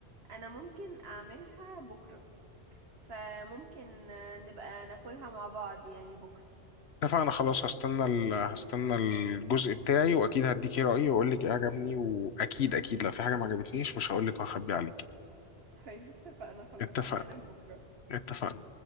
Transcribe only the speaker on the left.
اتفقنا خلاص هستنى ال... هستنى الجزء بتاعي واكيد هديكي رايي واقول لك ايه عجبني واكيد اكيد لو في حاجه ما عجبتنيش مش هقول لك واخبي عليك
اتفقنا
اتفقنا